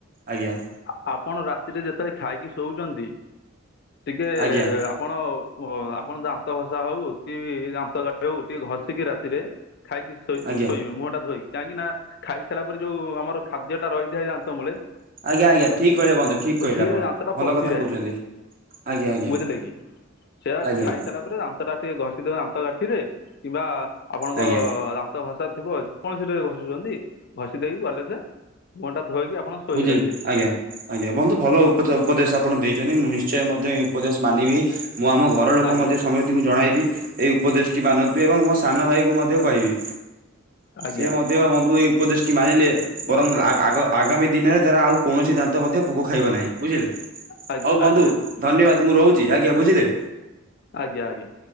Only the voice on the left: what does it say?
ଆ ଆପଣ ରାତିରେ ଯେତେବେଳେ ଖାଇକି ଶୋଉଛନ୍ତି ଟିକେ
ଆପଣ ଓ, ହ ଆପଣ ଦାନ୍ତ ଘଷା ହଉ କି ଦାନ୍ତ କାଠି ହଉ ଟିକେ ଘଷିକି ରାତିରେ ଖାଇକି। ଶୋଇ
ଶୋଇବେ ମୁହଁ ଟା ଧୋଇ କାହିଁକି ନା ଖାଇ ସାରିଲା ପରେ ଯୋଉ ଆମର ଖାଦ୍ୟ ଟା ରହିଥାଏ ଦାନ୍ତ ମୂଳେ।
ସିଏ
ଦାନ୍ତଟା
ପଚିଯାଏ
ବୁଝିଲେ କି ସେୟା
ଖାଇସାରିଲା ପରେ ଦାନ୍ତ ଟା ଟିକେ ଘଷିଦବା ଦାନ୍ତ କାଠିରେ କିମ୍ବା ଆପଣଙ୍କ
ତ ଘସା ଥିବ ଯେ କୌଣସି ରେ ଘସୁଛନ୍ତି ଘଷି ଦେଇକି ଭଲ ସେ ମୁହ ଟା ଧୋଇକି ଆପଣ। ଶୋଇବେ
ରାତିରେ
ଆଜ୍ଞା
ଆଜ୍ଞା
ଆଜ୍ଞା
ଆଜ୍ଞା
ଆଜ୍ଞା ଆଜ୍ଞା।